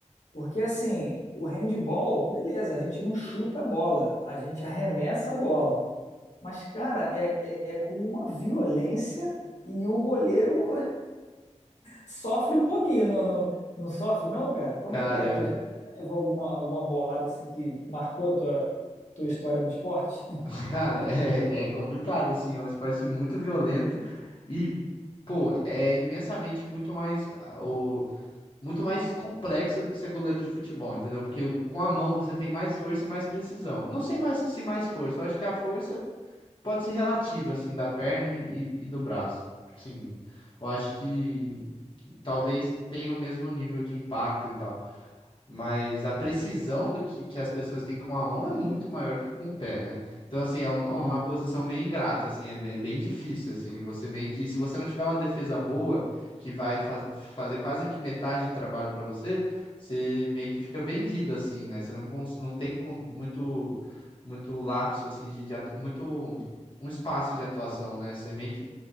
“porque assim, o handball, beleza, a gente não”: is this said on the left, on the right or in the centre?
Left